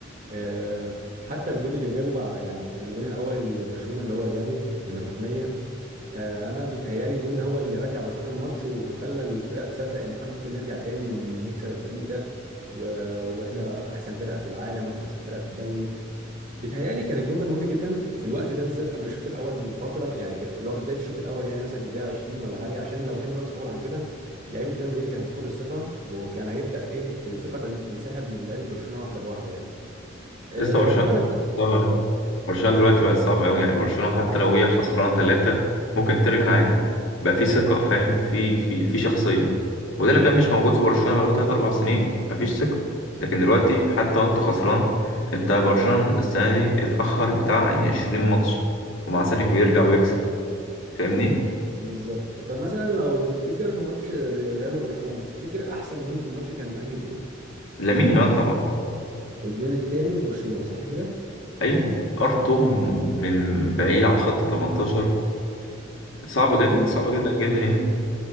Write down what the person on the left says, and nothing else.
لسه برشلونة
طبعا
برشلونة دلوقتي بقى صعب قوي يعني برشلونة حتى لو هي خسرانة ثلاثة ممكن ترجع عادي بقى في ثقة فاهم في في في شخصية وده اللي كان مش موجود في برشلونة بقاله تلات أربع سنين مفيش ثقة لكن دلوقتي حتى وأنت خسران أنت برشلونة السنة دي اتأخر بتاع يعني 20 ماتش ومع ذلك بيرجع ويكسب فاهمني؟
لامين يامال طبعا
أيوه أرطو من بعيد على خط 18 صعبة جدا
صعبة جدا جدا يعني